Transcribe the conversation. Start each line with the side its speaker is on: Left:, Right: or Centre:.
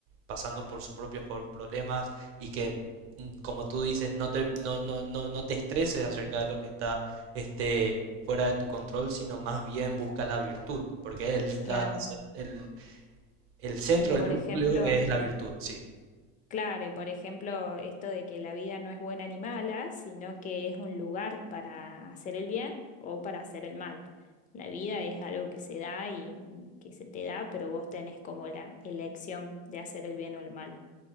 Right: pasando por sus propios por- problemas y que, mm, como tú dices, no te, no, no, no, no te estreses acerca de lo que está este, fuera de tu control, sino más bien busca la virtud, porque el, la-
Left: claro.
Right: el, el centro,
Left: Y por
Right: el núcleo
Left: ejemplo,
Right: es la virtud, sí.
Left: claro, y por ejemplo, esto de que la vida no es buena ni mala, sino que es un lugar para hacer el bien o para hacer el mal. La vida es algo que se da y y que se te da, pero vos tenés como la elección de hacer el bien o el mal.